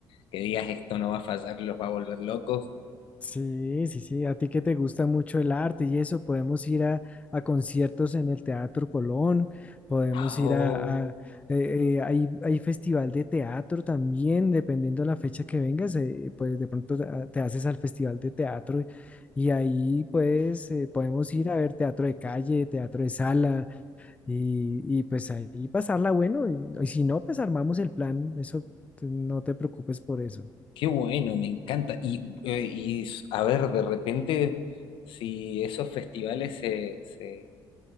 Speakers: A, on the left; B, on the left.
A: que digas esto no va a fallar, los va a volver locos.
B: Sí, sí, sí. A ti que te gusta mucho el arte y eso, podemos ir a, a conciertos en el Teatro Colón, podemos
A: Oh,
B: ir a, a- eh, eh, hay, hay festival de teatro también, dependiendo de la fecha que vengas, eh, pues de pronto te ah, te haces al festival de teatro y, y ahí pues eh, podemos ir a ver teatro de calle, teatro de sala y, y pues ahí pasarla bueno y, y si no, pues armamos el plan, eso t- no te preocupes por eso.
A: Qué bueno, me encanta. Y, eh, y s- a ver, de repente, si esos festivales se, se